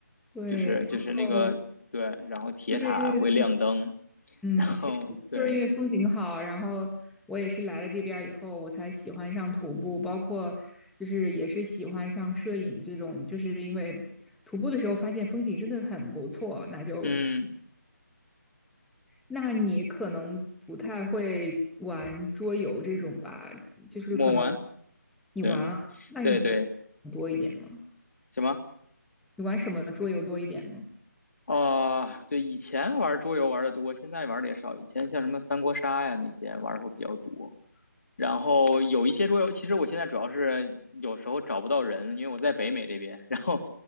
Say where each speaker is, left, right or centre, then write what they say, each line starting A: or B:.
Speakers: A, in the centre; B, on the left.
A: 对，
B: 就是就是那个对，
A: 然后
B: 然后铁塔会亮灯，
A: 就是因为风嗯，
B: 然后对，
A: 是，就是因为风景好，然后我也是来了这边儿以后，我才喜欢上徒步，包括就是也是喜欢上摄影这种，就是因为徒步的时候发现风景真的很不错，那就，
B: 嗯，
A: 那你可能不太会玩桌游这种吧，就是可能
B: 抹完。
A: 你玩啊，
B: 对，
A: 那你
B: 对对，
A: 多一点呢？
B: 什么？
A: 你玩什么桌游多一点呢？
B: 啊、对，以前玩桌游玩的多，现在玩的也少。以前像什么三国杀呀那些玩的会比较多，然后有一些桌游，其实我现在主要是有时候找不到人，因为我在北美这边，然后，